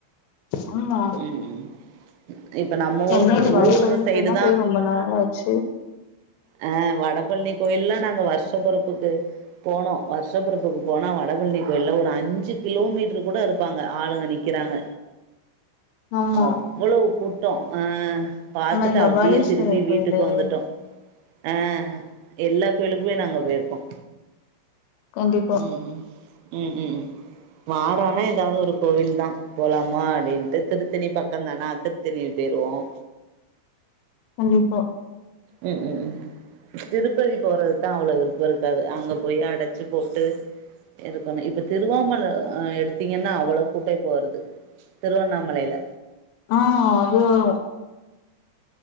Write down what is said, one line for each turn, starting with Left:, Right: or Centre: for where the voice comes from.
Left: ஆமா
Right: ம் ம் இப்ப நம்ம
Left: சென்னைள
Right: ஊர்
Left: வடபழனி
Right: ஊருங்க சைடு
Left: கோயில்லா போய் ரொம்ப நாள் ஆச்சு
Right: ஹ வடபழனி கோயில்லா நாங்க வருஷபொறப்புக்கு போனோம் வருஷபொறப்புக்கு போனா வடபழனி கோயில்ல ஒரு அஞ்சு கிலோ மீட்ருக்கு கூட இருப்பாங்க ஆளுங்க நிக்கிறாங்க
Left: ஆமா
Right: அவ்வோளவு கூட் கூட்டோம் ஆஹ் பாத்துட்டு
Left: அது மாரி கபாலீஸ்வரர்
Right: அப்டியே திரும்பி
Left: கோயிலு
Right: வீட்டுக்கு வந்துட்டோம் அஹ் எல்லா கோயிலுக்கும் உள்ள நாங்க போயிருக்கோம்
Left: கண்டிப்பா
Right: உம் உம் உம் உம் உம் வாரோம் ஆனா ஏதாது ஒரு கோவில் தான் போலாமா அப்டினு திருத்தணி பக்கம் தானா திருத்தணி போய்ருவோம்
Left: கண்டிப்பா
Right: உம் உம் உம் திருப்பதி போறது தான் அவ்ளோவு விருப்பம் இருக்காது அங்க போயி அடைச்சு போட்டு இருக்கணும் இப்ப திருவாமலை எடுத்தீங்கன்னா அவ்வளோ கூட்டோம் இப்ப வருது திருவண்ணாமலைல
Left: ஆஹ் அது வரும்